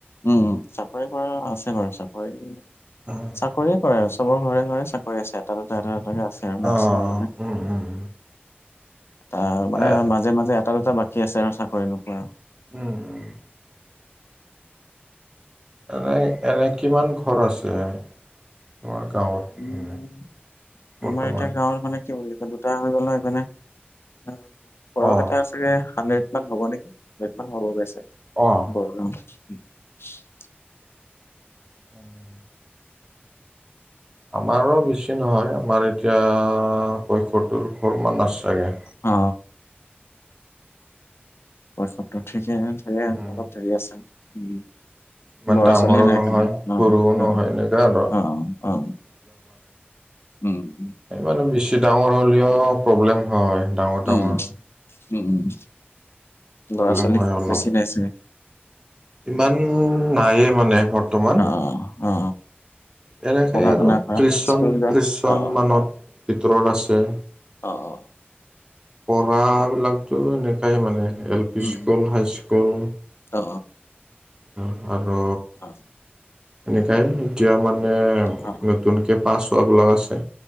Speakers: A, on the left (about 80°); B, on the right (about 20°).
A: উম, উম, চাকৰি কৰা আছে বাৰু, চাকৰি
B: উম,
A: চাকৰিয়ে কৰা আছে। চবৰ ঘৰে, ঘৰে, চাকৰি আছে, এটা দুটা, এটা দুটা, এটা এটাকে আছে আৰু মেক্সিমাম
B: অ,
A: মানে।
B: উম, উম,
A: আহ, মানে
B: এ
A: মাজে, মাজে এটা দুটা বাকী আছে আৰু চাকৰি নোপোৱা।
B: উম, উম, এনেই, এনেই, কিমান ঘৰ আছে, তোমাৰ গাঁৱত?
A: উম,
B: মানে বৰ্তমান?
A: আমাৰ এটা গাঁৱত মানে কি বুলি ক'লো। এটা হৈ গ'ল ন, এইপিনে অ, বৰক
B: অ,
A: এটা আছে। তাকে হাড্ৰেড মান হ'ব নেকি, হাড্ৰেড মান হ'ব গৈ চাগে।
B: অ,
A: <unintelligible>
B: উম, আমাৰো বেছি নহয়, আমাৰ এতিয়া পৈয়শত্তৰ ঘৰ মান আছে চাগে।
A: হ। পয়সত্তৰ ঠিকে ধেকে
B: উম
A: অলপ দেৰি আছে। ওম।
B: ইমান
A: ল'ৰা-ছোৱালী
B: ডাঙৰো
A: নাই
B: নহয়
A: খালি
B: সৰুও
A: অ উ
B: নহয় এনেকা আৰু
A: অ অ। উম।
B: এইবানে বেছি ডাঙৰ হ'লিও প্ৰব্লেম হয়। ডাঙৰ ডাঙৰ
A: উ উম, উম উম ল'ৰা-ছোৱালী
B: প্ৰব্লেম হয় অলপ
A: বেছি নাই চাগে।
B: ইমান নায়ে মানে বৰ্তমান।
A: অ অ।
B: এনেকায়ে
A: পঢ়া
B: আৰু
A: শুনা কৰা
B: ত্ৰিশ চন
A: স্কুল যোৱা
B: ত্ৰিশ চন
A: অ অ
B: মানৰ ভিতৰত আছে।
A: অ অ।
B: পঢ়াবিলাকটো এনেকাই মানে L P
A: um
B: school,
A: um
B: high school.
A: অ
B: অ, আৰু
A: অ
B: এনেকাই এতিয়া মানে
A: অ।
B: তনকে পাছ হোৱা বিলাগ আছে,